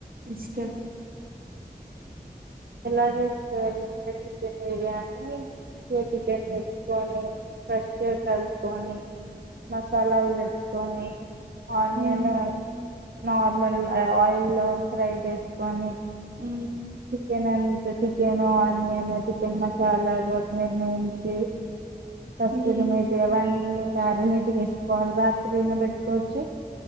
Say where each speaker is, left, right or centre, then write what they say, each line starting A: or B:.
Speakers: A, on the right; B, on the right.
A: ఇష్టం
B: ఎలా చేస్తారు మీరు చికెన్ బిర్యానీ ఉ మంచిగా చికెన్ తెచ్చుకొని ఫ్రెష్ గా కడుక్కొని మసాలాలు తెచ్చుకొని ఆనియన్
A: ఉమ్
B: నార్మల్ ఆ ఆయిల్లో ఫ్రై చేసుకొని
A: మ్మ్
B: చికెన్ అంతా చికెన్ ఆనియన్ ఆ చికెన్ మసాలా కొత్తిమీరీ కస్తూరి
A: ఉమ్
B: మేతి అవన్నీ మ్యాగినేట్ చేసుకోవాలి రాత్రి అయిన పెట్టుకోవచ్చు